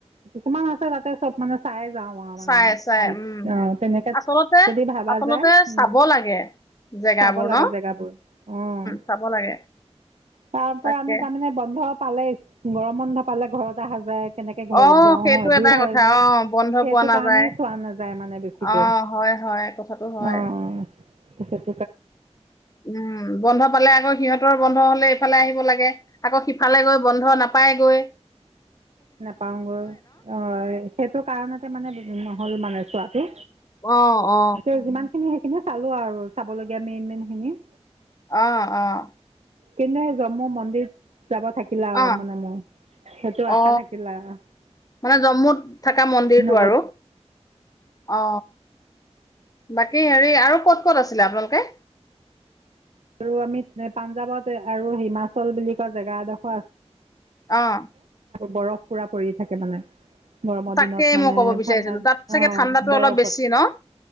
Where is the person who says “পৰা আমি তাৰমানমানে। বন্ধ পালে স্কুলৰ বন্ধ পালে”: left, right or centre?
Right